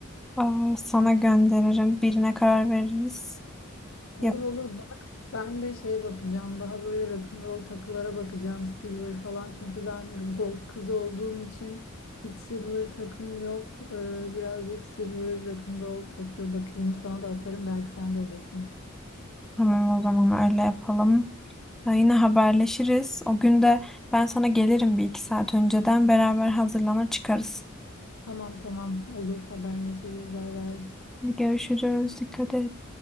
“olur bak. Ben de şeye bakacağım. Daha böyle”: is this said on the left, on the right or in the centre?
Left